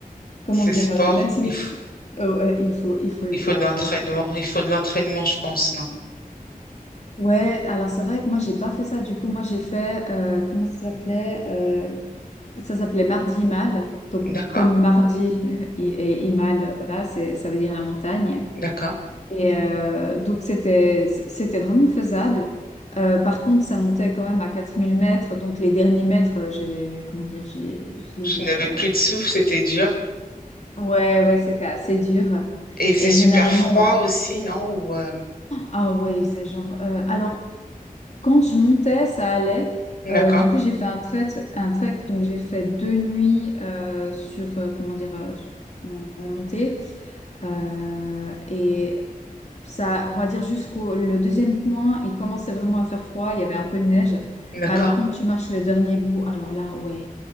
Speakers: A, on the left (about 50°); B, on the left (about 85°).
A: comment
B: c'est
A: dire,
B: sport.
A: euh, même 6000,
B: Il faut...
A: oh, ouais, il faut, il faut le
B: Il
A: faire,
B: faut de l'entraînement,
A: ouais.
B: il faut de l'entraînement, je pense, non?
A: Ouais, alors c'est vrai que moi j'ai pas fait ça. Du coup, moi j'ai fait euh, comment ça s'appelait Euh, Ça s'appelait Mardi Mal. Donc
B: D'accord,
A: comme mardi <laughs> et, et, et mal, voilà, c'est ça veut dire la montagne.
B: d'accord.
A: Et euh, donc c'était c'était vraiment faisable. Euh, par contre, ça montait quand même à 4000 mètres. Donc les derniers mètres, euh, j'ai comment dire, j'ai je les
B: Je
A: ai.
B: n'avais
A: euh,
B: plus de souffle, c'était dur.
A: Ouais, ouais, c'était assez dur.
B: Et il faisait
A: Et
B: super
A: généralement,
B: froid
A: on-
B: aussi, non? Ou euh,
A: ah ouais, il faisait genre. euh, alors Quand je montais, ça allait.
B: D'accord,
A: Euh, du coup, j'ai fait un trek, un trek, donc j'ai fait deux nuits euh, sur, euh, comment dire, euh, en, en montée. Euh, et ça, on va dire jusqu'au le deuxième point, il commençait vraiment à faire froid, il y avait un peu de neige.
B: d'accord.
A: Mais alors, quand tu marches le dernier bout, alors là, ouais,